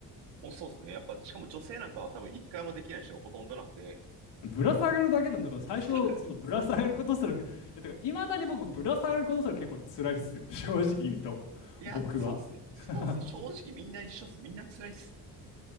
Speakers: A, on the right; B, on the left.
A: もうそうですね。やっぱ、しかも女性なんかは多分一回もできない人がほとんどなんで、
B: ぶら下がるだけでも、とか最初、
A: そう、<laughs>
B: そのぶら下がることすら、
A: そう
B: え、だからいまだに僕、ぶら下がることすら結構辛いっすよ。<laughs> 正直言うと。
A: いや、
B: 僕は。
A: そうっすよ。
B: <laughs>
A: スポーツ、正直みんな一緒っす。みんな辛いっす。